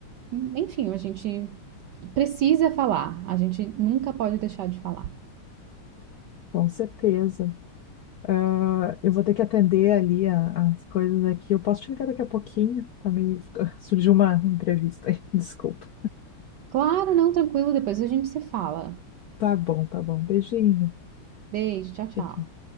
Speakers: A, on the right (about 85°); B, on the left (about 70°).
A: enfim, a gente Precisa falar. A gente nunca pode deixar de falar.
B: com certeza. Ah, eu vou ter que atender ali a- as coisas aqui. Eu posso te ligar daqui a pouquinho? Também <laughs> surgiu uma entrevista aí, <laughs> desculpa.
A: Claro, não, tranquilo, depois a gente se fala.
B: Tá bom, tá bom. Beijinho.
A: Beijo, tchau, tchau.
B: Tchau, tchau.